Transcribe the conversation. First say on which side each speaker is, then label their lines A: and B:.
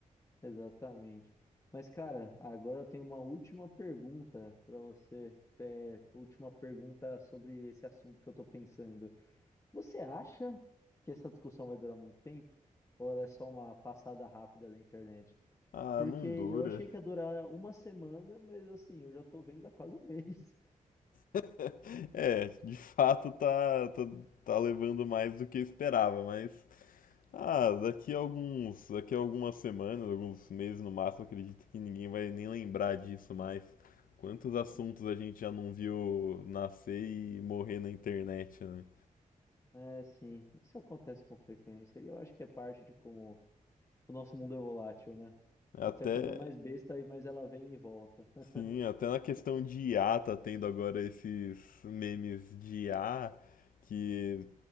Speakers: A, on the left (about 20°); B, on the left (about 80°).
A: exatamente. Mas, cara, agora eu tenho uma última pergunta para você. É, última pergunta sobre esse assunto que eu tô pensando. Você acha que essa discussão vai durar muito tempo? Ou ela é só uma passada rápida da internet?
B: Ah,
A: Porque
B: não
A: eu
B: dura.
A: achei que ia durar uma semana, mas assim, eu já tô vendo há quase um mês.
B: <laughs> É, de fato tá, tá, tá levando mais do que eu esperava, mas Ah, daqui a alguns, daqui a algumas semanas, alguns meses no máximo, acredito que ninguém vai nem lembrar disso mais. Quantos assuntos
A: <laughs> Sim.
B: a gente já não viu nascer e morrer na internet, né?
A: É, sim, isso acontece com frequência e eu acho que é parte de como o nosso mundo é volátil, né? Pode
B: Até,
A: ser a coisa mais besta aí, mas ela vem e volta. <laughs>
B: sim, até na questão de IA tá tendo agora esses memes de I a que